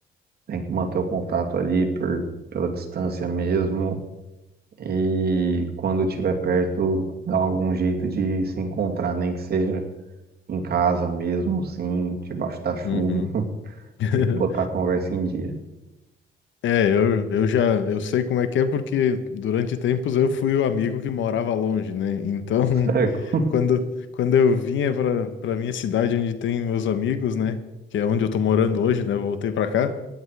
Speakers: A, on the right; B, on the left.
A: tem que manter o contato ali por, pela distância mesmo. E quando tiver perto, dá algum jeito de se encontrar, nem que seja em casa mesmo, assim, debaixo da chuva.
B: Uhum. <laughs>
A: Tem que botar a conversa em dia.
B: É, eu, eu já eu sei como é que é porque durante tempos eu fui o amigo que morava longe, né? Então, <laughs>
A: Certo?
B: quando, quando eu vinha para para minha cidade onde tem meus amigos, né? Que é onde eu tô morando hoje, né? eu Voltei para cá.